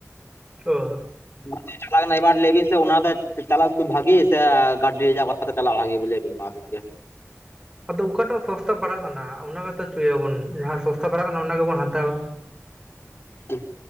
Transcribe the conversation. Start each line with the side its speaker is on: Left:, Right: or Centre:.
Right: ᱳᱭ ᱾
Left: ᱚᱱᱟ ᱪᱟᱞᱟᱜ ᱠᱟᱱᱟ ᱮᱵᱟᱨ ᱞᱟᱹᱭᱵᱤᱱ ᱥᱮ ᱚᱱᱟᱫᱚ ᱪᱟᱞᱟᱜ ᱵᱷᱟᱜᱮᱹᱥᱮ ᱜᱟᱰᱤ ᱨᱤᱡᱟᱵ ᱠᱟᱛᱮ ᱪᱟᱞᱟᱜ ᱵᱷᱟᱜᱮᱹ ᱵᱚᱞᱮ ᱞᱟᱹᱭᱵᱤᱱ ᱟᱵᱤᱱ ᱜᱮ?
Right: ᱟᱫᱚ ᱚᱠᱟᱴᱟᱜ ᱥᱚᱥᱛᱟ ᱯᱟᱲᱟᱜ ᱠᱟᱱᱟ ᱚᱱᱟᱜᱮᱛᱚ ᱪᱭᱟᱵᱚᱱ ᱡᱟᱦᱟᱸ ᱥᱚᱥᱛᱟ ᱯᱟᱲᱟᱜ ᱟ ᱚᱱᱟ ᱜᱮᱵᱚᱱ ᱦᱟᱛᱟᱣᱟ ᱾
Left: ᱷᱩᱸᱦ ᱾